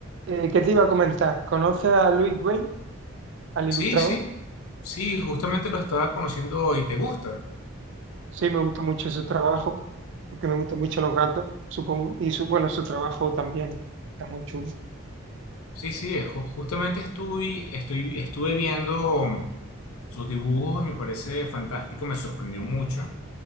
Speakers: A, on the right (about 55°); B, on the left (about 85°).
A: Eh, ¿qué te iba a comentar? ¿Conoces a Louis Wayne, al
B: Sí,
A: ilustrador?
B: sí, sí, justamente lo estaba conociendo hoy. ¿Te gusta?
A: Sí, me gusta mucho su trabajo, porque me gustan mucho los gatos, supongo. Y su, bueno, su trabajo también está muy chulo.
B: Sí, sí, es ju- justamente estuve, estoy, estuve viendo sus dibujos, me parece fantástico, me sorprendió mucho.